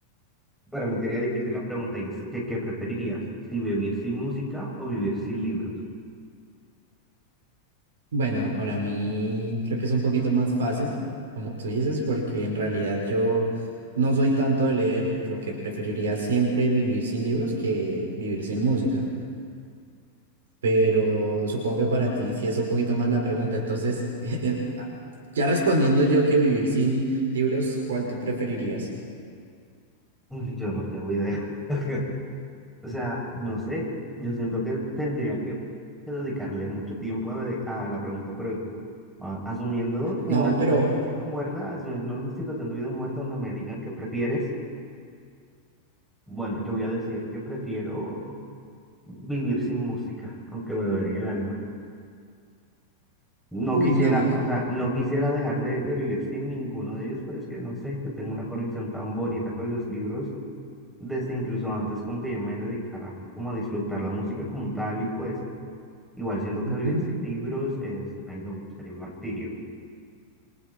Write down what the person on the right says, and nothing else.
Bueno, para mí creo que es un poquito más fácil, como tú dices, porque en realidad yo no soy tanto de leer, por lo que preferiría siempre vivir sin libros que vivir sin música. pero supongo que para ti sí es un poquito más la pregunta. Entonces, <laughs> ah, ya respondiendo yo que vivir sin libros, ¿cuál tú preferirías?
No,
pero,
uy,
no.
Ujú.